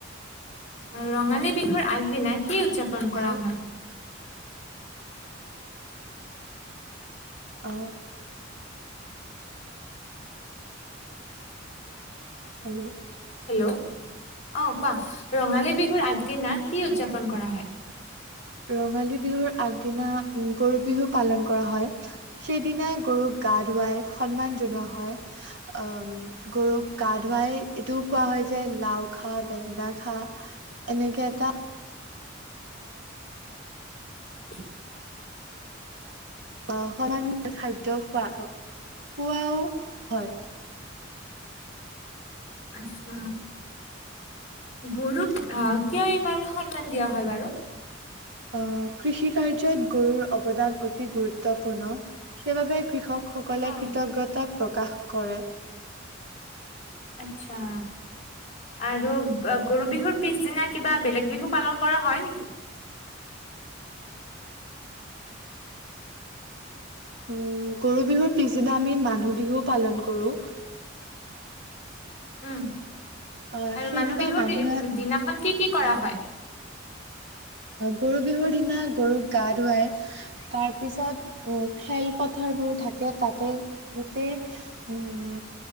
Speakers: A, on the left; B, on the right.
A: ৰঙালী বিহুৰ আগদিনা কি উদযাপন
B: বজায়
A: কৰা হয়?
B: অহ হেল্ল'?
A: হেল্ল'? অ কোৱা? ৰঙালী বিহুৰ আগদিনা কি উদযাপন কৰা হয়?
B: ৰঙালী বিহুৰ আগদিনা উম গৰু বিহু পালন কৰা হয়। সেইদিনা গৰুক গা ধুৱাই সন্মান জনোৱা হয়, আম গৰুক গা ধুৱাই এইটোও কোৱা হয় যে লাও খা, বেঙেনা খা এনেকে এটা
A: <inaudible>
B: আহ সমান খাদ্য খোৱা খোৱাও হয়।
A: আছা গৰুক আহ কিয় ইমান সন্মান দিয়া হয় বাৰু?
B: আহ কৃষি কাৰ্যত গৰুৰ অৱদান অতি গুৰুত্বপূৰ্ণ। সেইবাবে কৃষকসকলে
A: অ',
B: কৃতজ্ঞতা প্ৰকাশ কৰে।
A: আটচ্ছা আৰু গৰু বিহুৰ পিছদিনা কিবা বেলেগ বিহু পালন কৰা হয় নেকি?
B: উ গৰু বিহুৰ পিছদিনা আমি মানুহ বিহু পালন কৰোঁ।
A: উম
B: আহ
A: আৰু
B: সেইদিনা
A: মানুহ বিহুৰ
B: মানুহে
A: দিনাখন কি কি কৰা হয়?
B: গৰু বিহুৰ দিনা গৰুক গা ধুৱাই তাৰ পিছত খেল পথাৰবোৰ থাকে তাতে গোটেই উম